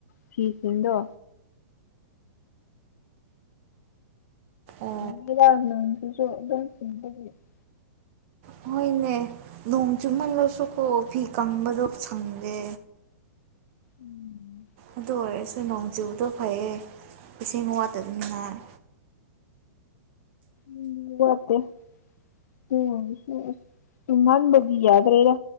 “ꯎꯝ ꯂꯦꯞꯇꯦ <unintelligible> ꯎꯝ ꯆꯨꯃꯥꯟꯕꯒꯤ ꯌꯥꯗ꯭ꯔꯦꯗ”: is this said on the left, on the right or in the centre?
Left